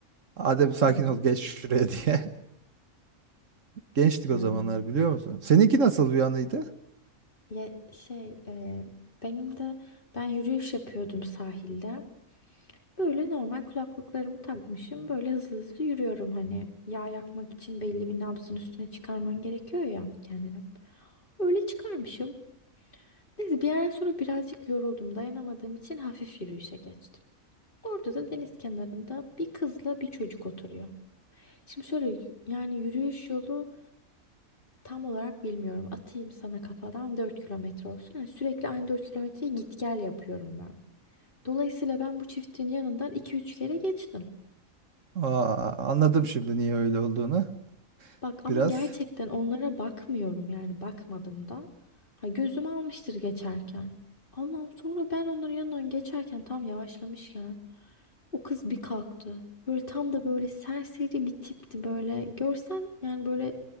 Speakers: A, on the right; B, on the left.
A: Adem sakin
B: Hmm.
A: ol geç şuraya diye. <laughs> Gençtik
B: Ya.
A: o zamanlar biliyor musun? Seninki nasıl bir anıydı?
B: Ya şey e, benim de ben yürüyüş yapıyordum sahilde. Böyle normal kulaklıklarımı takmışım. Böyle hızlı hızlı yürüyorum hani yağ yakmak için belli bir nabzın üstüne çıkarman gerekiyor ya kendini. Öyle çıkarmışım. Neyse bir yerden sonra birazcık yoruldum. Dayanamadığım için hafif yürüyüşe geçtim. Orada da deniz kenarında bir kızla bir çocuk oturuyor. Şimdi şöyle yani yürüyüş yolu Tam olarak bilmiyorum. Atayım sana kafadan 4 kilometre olsun. Yani sürekli aynı 4 kilometreyi git gel yapıyorum ben. Dolayısıyla ben bu çiftin yanından iki üç kere geçtim.
A: Aa, anladım şimdi niye öyle olduğunu
B: Bak ama
A: biraz.
B: gerçekten onlara bakmıyorum yani bakmadım da. Ha, gözüm almıştır geçerken. Allah'ım sonra ben onların yanından geçerken tam yavaşlamışken o kız bir kalktı. Böyle tam da böyle serseri bir tipti böyle. Görsen yani böyle